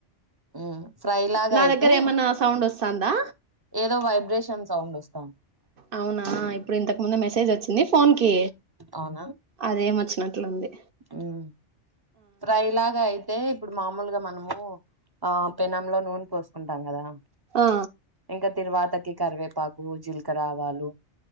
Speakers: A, on the right; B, on the right.
A: ఉమ్ ఫ్రై లాగా
B: నా
A: అయితే
B: దగ్గర ఏమన్నా సౌండ్ వస్తాందా
A: ఏదో వైబ్రేషన్ సౌండోస్
B: అవునా ఇప్పుడు ఇంతకు ముందే మెసేజ్ వచ్చింది ఫోన్కి
A: అవునా
B: అదే మచ్చినట్లుంది
A: ఉమ్ ఫ్రైలాగై తే ఇప్పుడు మామూలుగా మనము ఆ పెనంలో నూనె పోసుకుంటాం గదా
B: ఆ
A: ఇంకా తిరువాతకి కరివేపాకు జీలకరావాలు